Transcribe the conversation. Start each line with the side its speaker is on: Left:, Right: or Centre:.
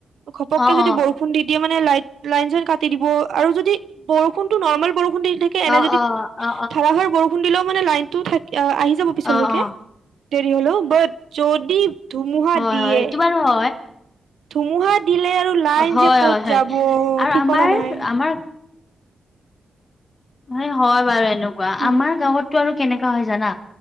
Right: ঘপককে
Left: অ অ
Right: যদি
Left: অ
Right: বৰষু ষূণ দি দিয়ে মানে, লাইট, লাইন চাইন কাটি দিব আৰু যদি বৰষুণটো নৰ্মেল বৰষুণ দি থাক এনে
Left: অ
Right: যদি
Left: অ
Right: ধাৰাসাৰ বৰষুণ ষূণ দিলেও মানে লাইনটো থা আহি যাব পিছলৈকে,
Left: অ অ অ
Right: দেৰি হলেও, বাত যদি ধুমুহা
Left: হয়
Right: দিয়ে,
Left: হয় এইটো বাৰু হয়
Right: ধুমুহা দিলে আৰু লাইন
Left: হয়
Right: যে ক'ত
Left: হয় হয়
Right: যাব?
Left: আৰু
Right: ঠিকনা
Left: আমাৰ
Right: নাই।
Left: আমাৰ এই হয় বাৰু এনে কুৱা,
Right: উম,
Left: আমাৰ গাঁৱতটো আৰু কেনেকা হয় জানা?